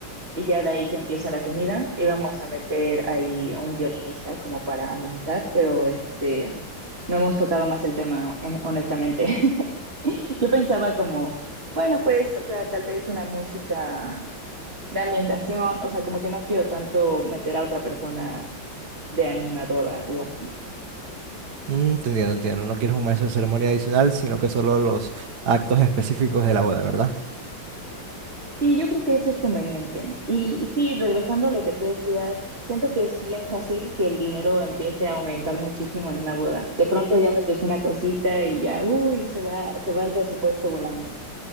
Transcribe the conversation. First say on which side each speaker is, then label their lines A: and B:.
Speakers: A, on the right; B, on the right.
A: y ya de ahí que empieza la comida y vamos a meter ahí un violinista como para amenizar, pero este, no hemos tocado más el tema eh, honestamente. <laughs> Yo pensaba como, bueno, pues, o sea, tal vez una música de ambientación, o sea, como que no quiero tanto meter a otra persona de animadora o así.
B: Mm, te entiendo, entiendo. No quieres un maestro de ceremonia adicional, sino que solo los actos específicos de la boda, ¿verdad?
A: Sí, yo creo que eso es conveniente. Y, sí, regresando a lo que tú decías, siento que es bien fácil que el dinero empiece a aumentar muchísimo en una boda. De pronto ya metes una cosita y ya, uy, se va, se va el presupuesto volando.